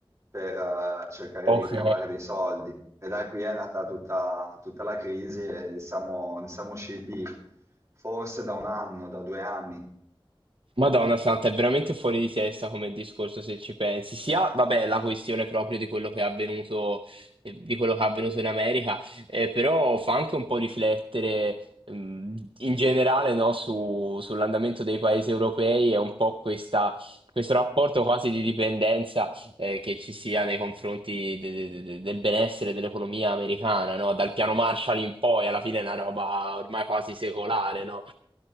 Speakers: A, on the right; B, on the right.
A: per eh, cercare
B: Ok.
A: di ricavare dei soldi. E da qui è nata tutta, tutta la crisi e siamo- ne siamo usciti forse da un anno, da due anni.
B: Madonna Santa, è veramente fuori di testa come discorso se ci pensi. Sia, vabbè, la questione proprio di quello che è avvenuto, eh, di quello che è avvenuto in America, eh, però fa anche un po' riflettere, mh, in generale, no, su- sull'andamento dei paesi europei e un po' questa- questo rapporto quasi di dipendenza, eh, che ci sia nei confronti de- de- de- del benessere dell'economia americana, no? Dal piano Marshall in poi, alla fine è una roba ormai quasi secolare, no?